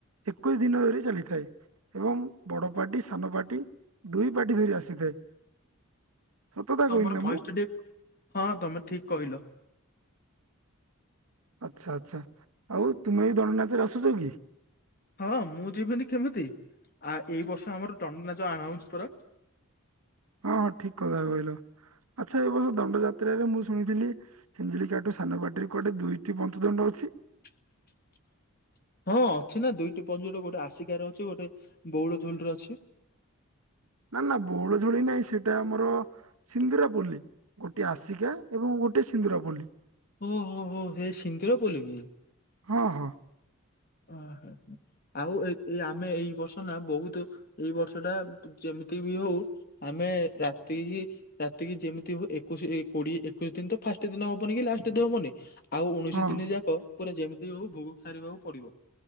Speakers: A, on the right; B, on the left.
A: ଏକୋଇଶି ଦିନ ଧରି ଚାଲିଥାଏ। ଏବଂ ବଡ ପାର୍ଟି ସାନ ପାର୍ଟି ଦୁଇ ପାର୍ଟି ଧରି ଆସିଥାଏ। ସତତା
B: ତମର
A: କହିଲି ନା
B: ଭୟସ
A: ମୁଁ
B: ଟା ଟିକେ ହଁ ତମେ ଠିକ କହିଲ।
A: ଆଚ୍ଛା ଆଚ୍ଛା ଆଉ ତୁମେ ବି ଦଣ୍ଡନାଚରେ ଆସୁଛ କି?
B: ହଁ ମୁଁ ଯିବିନି କେମିତି। ଆ ଏଇ ବର୍ଷ ଆମର ଦଣ୍ଡ ନାଚ ଆନାଉସୁ ପରା।
A: ହଁ ଠିକ କଥା କହିଲ। ଆଚ୍ଛା ଏ ବର୍ଷ ଦଣ୍ଡଯାତ୍ରାରେ ମୁଁ ଶୁଣିଥିଲି ହିଞ୍ଜିଲିକାଠୁ ସାନ ବାଟିରୁ କଆଟେ ଦୁଇଟି ପଞ୍ଚଦଣ୍ଡ ଅଛି।
B: <inaudible> ହଁ ଅଛି ନା ଦୁଇଟି ପ୍ଜର <unintelligible> ଗୋଟେ ଆସିକା ର ଅଛି ଗୋଟେ ବଉଳ ଝୋଲରେ ଅଛି।
A: ନା ନା ବଉଳ ଝଳି ନହିଁ ସେଇଟା ଆମର ସିନ୍ଦୁରାପଲ୍ଲୀ। ଗୋଟେ ଆସିକା ଏବଂ ଗୋଟେ ସିନ୍ଦୁରାପଲ୍ଲି।
B: ଓ ହୋ ହୋ ହେ ସିନ୍ଦୁର ପଲ୍ଲୀ କି?
A: ହଁ ହଁ।
B: ଆହା ଆଉ ଏ ଏ ଆମେ ଏଇ ବର୍ଷ ନା ବହୁତୁ ଏଇ ବର୍ଷ ଟା ଯେମ ଯେମିତି ବି ହଉ ଆମେ ରାତିକି ରାତିକି ଯେମିତି ହଉ ଏକୋଇଶି କୋଡିଏ ଏକୋଇଶି ଦିନ ତ ଫାଷ୍ଟ ଦିନ ହବନି କି ଲାଷ୍ଟ ଦିନ ହବନି ଆଉ ଉଣେଇଶି
A: ହଁ
B: ଦିନ ଯାକ ପୁରା ଯେମିତି ହଉ ଭୋଗ ସାରିବାକୁ ପଡିବ।